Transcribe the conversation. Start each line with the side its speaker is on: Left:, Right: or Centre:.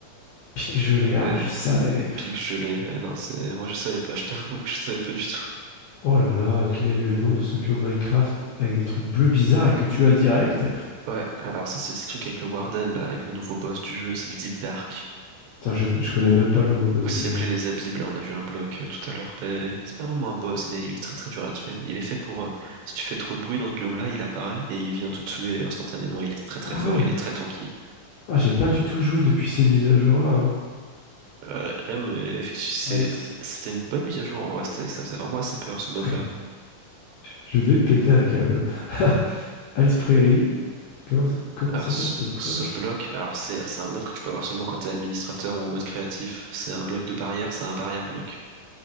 Left: Pic gelé, ah,
Right: Et
Left: je
Right: des
Left: savais. pff.
Right: pics gelés, eh non, c'est, moi je savais pas, je t'avoue, je savais pas du tout.
Left: Oh là là, quel est le nom de ce biome Minecraft avec des trucs bleus bizarres et que tu as direct?
Right: Ouais, alors ça, c'est des trucs avec le Warden, là, avec le nouveau boss du jeu, c'est le Deep Dark.
Left: Putain, je, je connais même pas le nouveau boss
Right: Aussi
Left: du jeu.
Right: appelé les abîmes, là, on a vu un bloc euh, tout à l'heure. Mais C'est pas vraiment un boss, mais il est très très dur à tuer. Il est fait pour, euh, si tu fais trop de bruit dans ce biome-là, il apparaît et il vient te tuer instantanément. Il est très très
Left: Ah
Right: fort,
Left: ouais,
Right: il est très tanky.
Left: ah, j'ai pas du tout joué depuis ces mises à jour là. hein.
Right: Ouais, ouais, mais effectivement, c'est,
Left: Euh, Ice.
Right: c'était une bonne mise à jour en vrai. C'était, ça faisait vraiment assez peur ce mob-là.
Left: <laughs> Je vais péter un câble. <laughs> Ice Prairie. Comment, s- comment
Right: Alors,
Left: s'appelle
Right: ce,
Left: ce bloc?
Right: ce bloc, alors c'est c'est un bloc que tu peux avoir seulement quand t'es administrateur ou en mode créatif. C'est un bloc de barrière, c'est un barrière bloc.